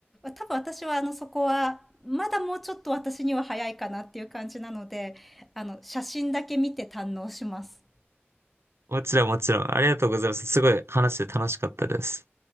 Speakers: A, in the centre; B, on the right.
A: 多分私はあのそこは、まだもうちょっと私には早いかなっていう感じなので、あの、写真だけ見て堪能します。
B: もちろん、もちろん。ありがとうございます。すごい話して楽しかったです。